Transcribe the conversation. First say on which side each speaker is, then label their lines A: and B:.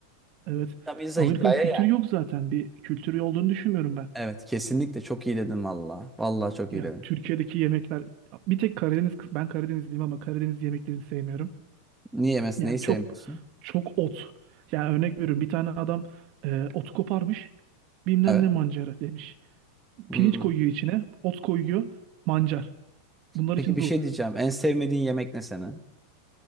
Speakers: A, on the right; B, in the centre.
A: Evet.
B: Tam insan
A: Amerika'nın
B: hikaye
A: kültürü
B: yani.
A: yok zaten. Bir kültürü olduğunu düşünmüyorum ben.
B: Evet kesinlikle çok iyi dedin valla. Valla çok
A: Yani
B: iyi dedin.
A: Türkiye'deki yemekler bir tek Karadeniz kız ben Karadenizliyim ama Karadeniz yemeklerini sevmiyorum.
B: Niye yemezsin
A: Yani
B: neyi sevmiyorsun?
A: çok çok ot. Yani örnek veriyorum bir tane adam e, ot koparmış bilmem
B: Evet.
A: ne mancara demiş.
B: Hmm.
A: Pirinç koyuyor içine. Ot koyuyor. Mancar. Bunlar
B: Peki
A: için
B: bir
A: bu.
B: şey diyeceğim. En sevmediğin yemek ne senin?